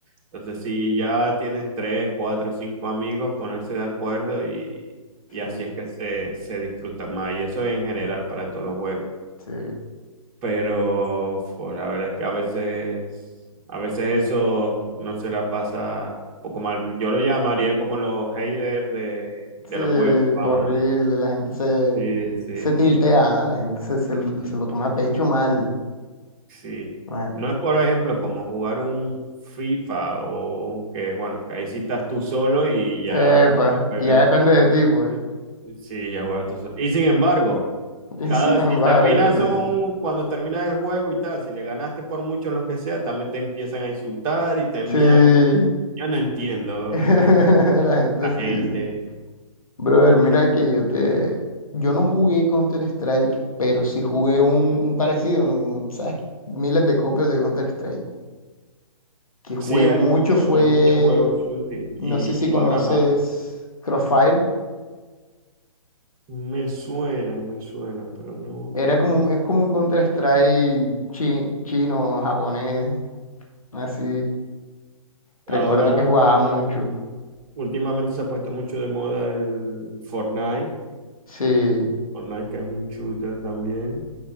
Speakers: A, on the right; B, on the left.
A: Entonces, si ya tienes tres, cuatro, cinco amigos, ponerse de acuerdo y, y
B: Sí,
A: así es que se, se disfruta más. Y eso en general para todos los juegos.
B: sí.
A: pero pues, la verdad es que a veces, a veces eso no se la pasa un poco mal. Yo lo llamaría como los haters de,
B: Sí,
A: de los juegos,
B: horrible,
A: vamos.
B: la gente se,
A: Sí, sí,
B: se tiltea, ¿ah? La gente se, se, lo se lo toma a pecho mal,
A: sí.
B: mal.
A: No es, por ejemplo, como jugar un FIFA o que, bueno, que ahí sí estás tú solo y ya
B: Epa,
A: juegas,
B: ya depende de ti, pues.
A: sí, ya juegas tú solo. Y sin embargo,
B: <laughs> Y
A: cada
B: sin
A: vez
B: embargo,
A: si terminas
B: sí.
A: un, cuando terminas el juego y tal, si le ganaste por mucho lo que sea, también te empiezan a insultar y te envían
B: Sí,
A: Yo no entiendo
B: <laughs>
A: el-
B: la gente
A: la
B: sí,
A: gente.
B: sí. Brother, mira que yo te... Yo no jugué Counter-Strike, pero sí jugué un, un parecido, ¿no? Como, ¿sabes? Miles de copias de Counter-Strike. Que jugué
A: Sí, hay
B: mucho
A: mucho,
B: fue...
A: hay muchos juegos de shooting y,
B: No sé si conoces
A: y ahora más.
B: Crossfire.
A: Me suena, me suena, pero no.
B: Era como un- es como un Counter-Strike chi- chino, japonés, así. Recuerdo
A: Ahora,
B: que jugaba mucho.
A: bueno, últimamente se ha puesto mucho de moda el Fortnite.
B: Sí,
A: Fortnite que es un shooter también.